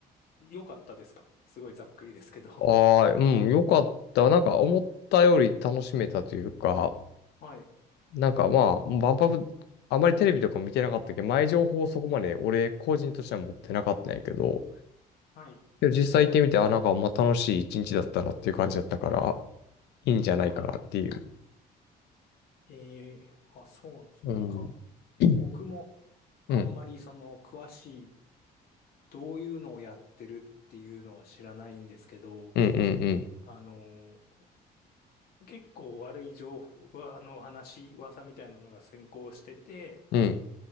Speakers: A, on the left; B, on the left.
A: 良かったですかすごいざっくりですけど
B: ああ、うん、よかった。なんか思ったより楽しめたというか、
A: <laughs> はい、
B: なんかまあ、万博、あまりテレビとかも見てなかったけど、前情報をそこまで俺個人としては持ってなかったんやけど、
A: はい、
B: でも実際行ってみて、あ、なんかまあ楽しい一日だったなっていう感じだったから、いいんじゃないかなっていう。
A: はい。えー、あ、そうなんですね。
B: うん。
A: なんか、
B: うん。
A: 僕もあんまりその、
B: うん。
A: 詳しい、どういうのをやってるっていうのは知らないんですけど、
B: うん。うん。
A: あの、結構悪い情報、うわあの、話、噂みたいなのが先行してて、
B: うん。